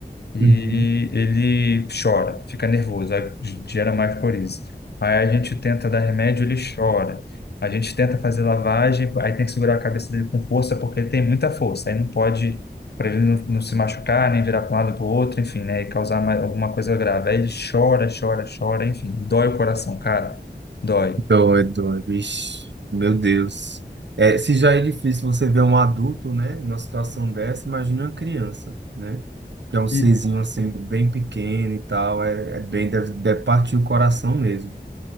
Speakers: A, on the left; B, on the right.
A: e
B: Uhum.
A: ele chora, fica nervoso, aí gera mais coriza. Aí a gente tenta dar remédio, ele chora. A gente tenta fazer lavagem, aí tem que segurar a cabeça dele com força, porque ele tem muita força. Aí não pode, para ele não, não se machucar, nem virar para um lado para o outro, enfim, né? E causar mais, alguma coisa grave. Aí ele chora, chora, chora, enfim, dói o coração, cara, dói.
B: Doido, vixe, meu Deus. É, se já é difícil você ver um adulto, né, numa situação dessa, imagina uma criança, né? Que é um serzinho
A: E,
B: assim, bem pequeno e tal, é, é bem, deve, deve partir o coração mesmo.